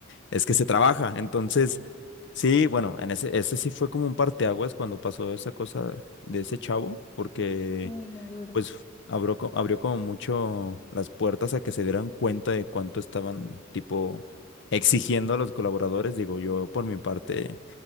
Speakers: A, on the left; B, on the left.
A: es que se trabaja. Entonces, sí, bueno, en ese, ese sí fue como un parteaguas cuando pasó esa cosa de ese chavo, porque
B: uy, no duro.
A: pues abrió, co- abrió como mucho las puertas a que se dieran cuenta de cuánto estaban, tipo, exigiendo a los colaboradores. Digo, yo por mi parte,